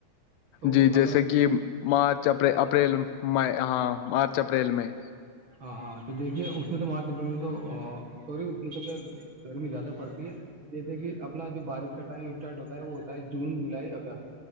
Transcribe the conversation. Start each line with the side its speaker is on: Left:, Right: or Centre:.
Right: تو
Left: جی جیسے
Right: اگر آپ
Left: کہ مارچ اپ اپریل ہاں مارچ اپریل میں
Right: ہاں ہاں تو دیکھیے اس میں توارا تری تو سوری اس میں تو کیا گرمی زیادہ پڑتی ہے جیسے کہ اپنا جو بارش کا ٹائم اسٹارٹ ہوتا ہے وہ ہوتا ہے جون جولائی اگست